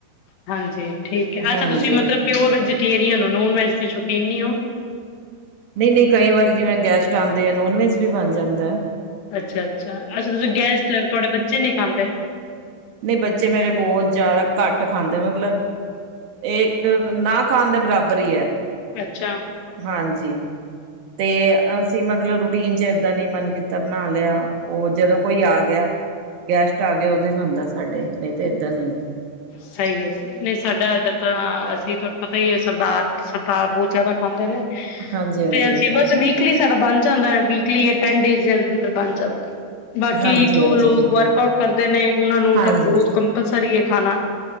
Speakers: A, on the left; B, on the right.
A: ਹਾਂਜੀ ਠੀਕ ਐ। ਅਛਾ
B: ਹਾਂਜੀ
A: ਤੁਸੀ ਮਤਲਬ ਪਿਓਰ ਵੈਜੀਟੇਰੀਅਨ ਓ, ਨੋਨ ਵੈਜ ਦੇ ਸ਼ਕੀਨ ਨੀ ਓ।
B: ਨਈ ਨਈ ਕਈ ਵਾਰੀ ਜਿਵੇ ਗੈਸ਼ਟ ਆਂਦੇ ਨੇ ਨੋਨ ਵੈਜ ਵੀ ਬਣ ਜਾਂਦਾ ਐ।
A: ਅਛਾ ਅਛਾ, ਅਛ ਤੁਸੀ ਗੈਸਟ ਨੇ ਤੋਡੇ ਬੱਚੇ ਨੀ ਖਾਂਦੇ।
B: ਨਈ ਬੱਚੇ ਮੇਰੇ ਬੋਤ ਜਾਦਾ ਘੱਟ ਖਾਂਦੇ ਮਤਲਬ ਏ ਏਕ ਨਾ ਖਾਨ ਦੇ ਬਰਾਬਰ ਈ ਐ।
A: ਅੱਛਾ
B: ਹਾਂਜੀ, ਤੇ ਅਸੀ ਮਤਲਬ ਰੂਟੀਨ ਚ ਏਦਾ ਨੀ ਮਨ ਕੀਤਾ ਬਨਾ ਲੇਆ। ਓ ਜਦੋ ਕੋਈ ਆ ਗੇਆ ਗੈਸ਼ਟ ਆਗੇ ਓਦੋ ਈ ਬਨਦਾ ਸਾਡੇ ਨਈ ਤੇ ਏਦਾਂ ਨੀ।
A: ਸਈ ਐ। ਨਈ ਸਾਡਾ ਏਧਰ ਤਾਂ ਅਸੀ ਪਤਾ ਈ ਐ ਸਰਦਾਰ ਸਰਦਾਰ ਬੋਤ ਜਾਦਾ ਖਾਂਦੇ ਨੇ।
B: ਹਾਂਜੀ ਹਾਂਜੀ
A: ਤੇ ਅਸੀ ਬਸ ਵੀ- ਕਲੀ ਸਾਡਾ ਬਨ ਜਾਂਦਾ ਐ। ਵੀਕਲੀ ਯਾਂ ਟੈਨ ਡੇਜ਼ ਦੇ ਅਂਦਰ ਸਾਡਾ ਬਨ ਜਾਂਦਾ। ਬਾਕੀ
B: ਹਾਂਜੀ
A: ਜੋ
B: ਹਾਂਜੀ
A: ਲੋਕ ਵਰਕ ਆਊਟ ਕਰਦੇ ਨੇ ਓਨਾ ਨੂੰ
B: ਹਾਂਜੀ
A: ਤਾਂ ਬੋਤ ਕੰਪਲਸਰੀ ਐ ਖਾਨਾ।